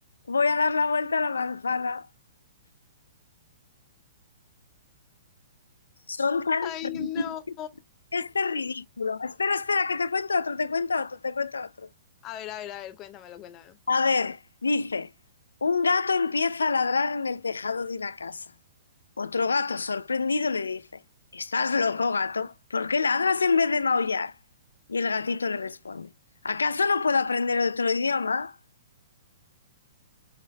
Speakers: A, on the left; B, on the left.
A: Voy a dar la vuelta a la manzana. Son tan
B: Ay,
A: ridículos.
B: no.
A: Este es ridículo. Espera, espera, que te cuento otro, te cuento otro, te cuento otro.
B: A ver, a ver, a ver, cuéntamelo, cuéntamelo.
A: A ver, dice, un gato empieza a ladrar en el tejado de una casa. Otro gato, sorprendido, le dice, ¿Estás loco, gato? ¿Por qué ladras en vez de maullar? Y el gatito le responde, ¿acaso no puedo aprender otro idioma?